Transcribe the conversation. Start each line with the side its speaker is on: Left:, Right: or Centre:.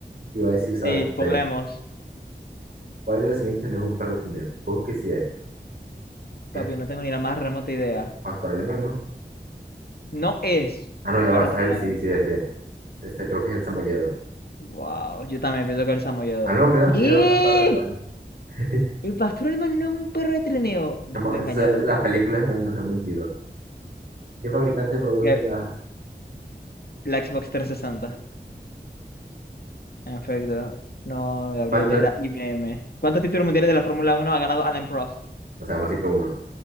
Right: Iba a decir Saddam
Left: Sí,
Right: Hussein.
Left: podemos.
Right: ¿Cuál de los siguientes no es un perro trineo? Busque si es. Es
Left: Papi, no tengo ni la más remota idea.
Right: pastor alemán, ¿no?
Left: No es
Right: Ah, no,
Left: un
Right: ya
Left: perro
Right: vas.
Left: trineo.
Right: él sí, sí, sí. es. Este creo que es el samoyedo.
Left: Wow, yo también pienso que el samoyedo.
Right: Ah, no, mira,
Left: ¿Qué?
Right: sí, era pastor alemán. <laughs>
Left: El pastor alemán no es un perro de trineo. Me
Right: Chamo,
Left: siento
Right: Entonces,
Left: engañado.
Right: las películas me- nos han mentido. ¿Qué fabricante produce
Left: ¿Qué?
Right: las...
Left: La Xbox 360, en efecto. No, Gabriel,
Right: ¿Cuántas?
Left: era IBM. ¿Cuántos títulos mundiales de la Fórmula Uno ha ganado Alain Prost?
Right: O sea, vamos a decir que uno.